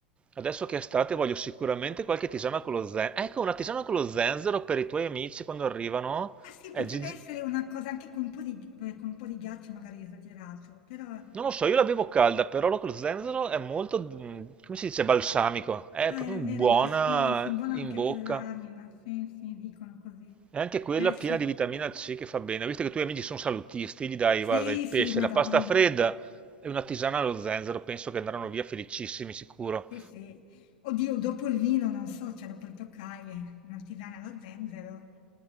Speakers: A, on the right; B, on the left.
A: Adesso che è estate voglio sicuramente qualche tisana con lo zenzero. Ecco, una tisana con lo zenzero per i tuoi amici quando arrivano.
B: Ah sì,
A: È
B: potrebbe
A: gi-
B: essere una cosa anche con un po' di beh, con un po' di ghiaccio magari è esagerato, però ah,
A: Non lo so, io la bevo calda, però lo con lo zenzero è molto, mm, come si dice, balsamico. È
B: è
A: proprio buona
B: vero, va- sì, sì, buono
A: in
B: anche
A: bocca.
B: per l'anima, sì, sì, dicono così.
A: È anche quella
B: Dai,
A: piena
B: ci-
A: di vitamina C che fa bene. Ho Visto che i tuoi amici sono salutisti, gli dai,
B: sì,
A: guarda, il pesce,
B: sì, Madonna,
A: la pasta fredda e una tisana allo zenzero, penso che andranno via felicissimi, sicuro.
B: sì, sì. Oddio, dopo il vino, non so, cioè dopo il toccaie, una tisana allo zenzero.